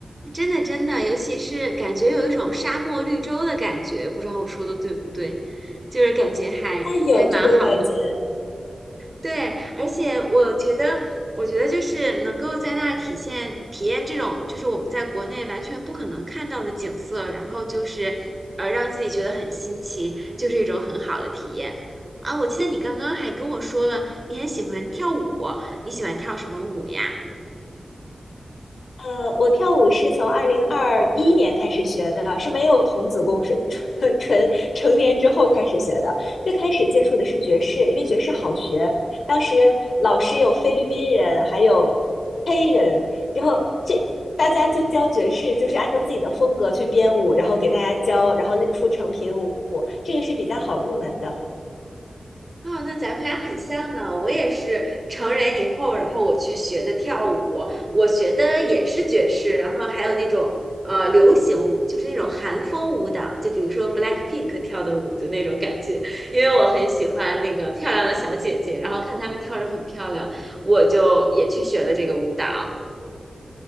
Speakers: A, on the right (about 25°); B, on the left (about 80°).
A: 真的真的，尤其是感觉有一种沙漠绿洲的感觉，不知道我说的对不对，就是感觉还还蛮好的。
B: 它有这种感觉。
A: 对，而且我觉得，我觉得就是能够在那儿体现体验这种，就是我们在国内完全不可能看到的景色，然后就是呃让自己觉得很新奇，就是一种很好的体验。啊，我记得你刚刚还跟我说了，你很喜欢跳舞，你喜欢跳什么舞呀？
B: 呃，我跳舞是从二零二一年开始学的，是没有童子功，是纯 <laughs> 纯成年之后开始学的。最开始接触的是爵士，因为爵士好学。当时老师有菲律宾人，还有黑人，然后这大家就教爵士，就是按照自己的风格去编舞，然后给大家教，然后出成品舞，这个是比较好入门的。
A: 啊、那咱们俩很像呢。我也是成人以后，然后我去学的跳舞，我学的也是爵士，然后还有那种呃流行舞，就是那种韩风舞蹈，就比如说 BLACKPINK 跳的舞的那种感觉。因为我很喜欢那个漂亮的小姐姐，然后看她们跳着很漂亮，我就也去学了这个舞蹈